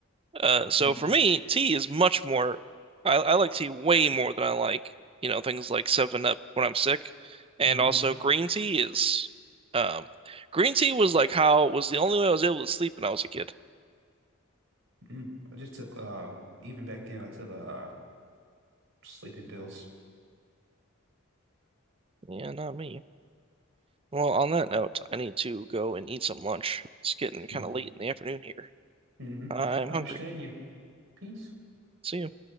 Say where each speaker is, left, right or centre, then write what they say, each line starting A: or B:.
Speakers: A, on the right; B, on the right.
A: Uh, so
B: Mm.
A: for me, tea is much more. I, I like tea way more than I like, you know, things like Seven Up when I'm sick, and
B: hmm
A: also green tea is. Um, green tea was like how was the only way I was able to sleep when I was a kid.
B: Mm. I just took um even back then I took uh sleeping pills.
A: Yeah, not me. Well, on that note, I need to go and eat some lunch. It's getting kind
B: Mm-hmm.
A: of late in the afternoon here.
B: Mm-hmm.
A: I'm
B: I
A: hungry.
B: understand you. Peace.
A: See you.